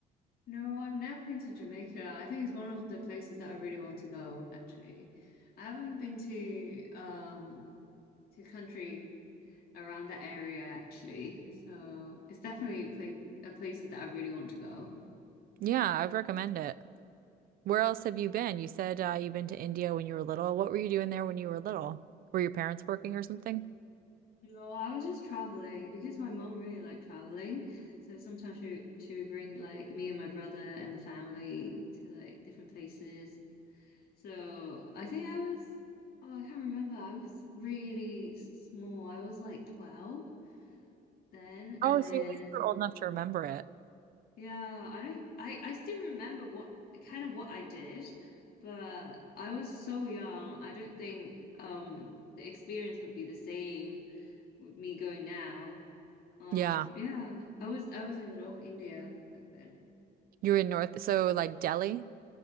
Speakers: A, on the left; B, on the right.
A: No, I've never been to Jamaica. I think it's one of the places that I really want to go, actually. I haven't been to um to country around that area actually. So it's definitely pla a places that I really want to go.
B: Yeah, I'd recommend it. Where else have you been? You said uh, you've been to India when you were little. What were you doing there when you were little? Were your parents working or something?
A: No, I was just traveling because my mom really liked traveling. So sometimes she she would bring like me and my brother and the family to like different places. So I think I was oh I can't remember. I was really s- small. I was like 12 then and
B: Oh,
A: then
B: so at least you're old enough to remember it.
A: yeah, I don't I I still remember what kind of what I did, but I was so young. I don't think um the experience would be the same with me going now Um,
B: Yeah,
A: yeah, I was I was in North India back then.
B: you were in North, so like Delhi.